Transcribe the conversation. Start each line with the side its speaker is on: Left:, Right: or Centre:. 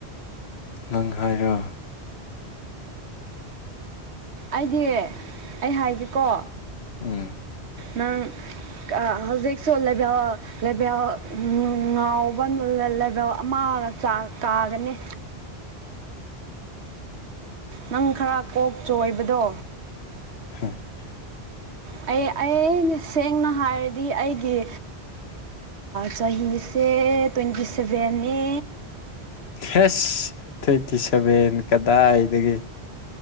Left: ꯅꯪ ꯍꯥꯏꯔꯣ
Right: ꯑꯩꯗꯤ ꯑꯩ ꯍꯥꯏꯒꯦꯀꯣ
Left: ꯎꯝ
Right: ꯅꯪ ꯍꯧꯖꯤꯛ ꯁꯨ ꯂꯦꯕꯦꯟ ꯂꯕꯦꯜ ꯉꯥꯎꯕ ꯂꯩꯕꯦꯜ ꯑꯃꯒ ꯀꯥꯒꯅꯤ ꯅꯪ ꯈꯔ ꯀꯣꯛ ꯆꯣꯏꯕꯗꯣ
Left: ꯍꯥ <inaudible>
Right: ꯑꯩ ꯑ ꯁꯦꯡꯅ ꯍꯥꯏꯔꯗꯤ ꯑꯩꯒꯤ ꯆꯍꯤꯁꯦ ꯇ꯭ꯋꯦꯟꯇꯤ ꯁꯦꯚꯦꯟꯅꯤ
Left: ꯍꯁ ꯇ꯭ꯋꯦꯟꯇꯤ ꯁꯚꯦꯟ ꯀꯗꯥꯏꯗꯒꯤ